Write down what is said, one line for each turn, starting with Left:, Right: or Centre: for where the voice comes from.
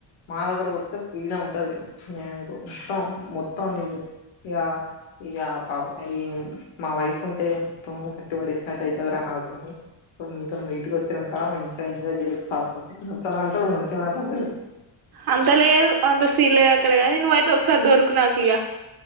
Left: మా దగ్గరికి ఓత్తె ఫ్రీడం ఉంటది ఎహె పో మొత్తం మొత్తం నీ గ ఇగ పాపం ఇమ్ మా వైఫ్ ఉంటే మొత్తం కట్టి పడేసినట్టు అయితది రా నాకు ఇప్పుడు మీతోని బయటికో వచ్చినంకా మంచి ఎంాయ్ చేయోచ్చు తాగుతా ఒతనంటాడు మంచిగా మాట్లాడుతాడు
Right: అంత లేదు అంత సీల్ లేదు అక్కడ కానీ నువ్్వ అయితే ఒకసారి దొరుకునకిగ